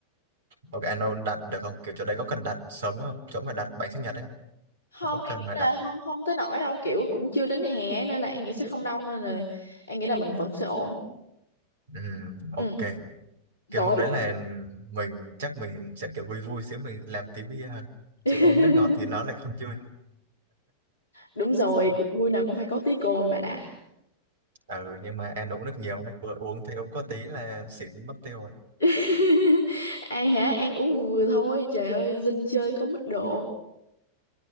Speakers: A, on the right; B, on the left.
A: ok anh Âu đặt được không kiểu chỗ đấy có cần đặt sớm không chỗ mà đặt bánh sinh nhật ấy
B: Không,
A: có
B: anh
A: cần
B: nghĩ
A: mà
B: là
A: đặt
B: không không tới nỗi đâu, kiểu cũng chưa đến hè nên là anh nghĩ sẽ không đông nên là anh nghĩ là mình vẫn sẽ ổn.
A: ừ,
B: Ừ,
A: ok
B: rồi.
A: kiểu hôm đấy là mình chắc mình sẽ kiểu vui vui xíu mình làm tí bia hơn chứ
B: <laughs>
A: uống nước ngọt thì nó lại không vui
B: Đúng rồi,
A: <laughs>
B: cuộc vui nào cũng phải có tí cồn mà nè.
A: ừ nhưng mà ăn uống nước nhiều đấy vừa uống thì uống có tí là xỉn mất tiêu rồi
B: <laughs> An hả? An uống vừa thôi, trời ơi, dân chơi có mức độ.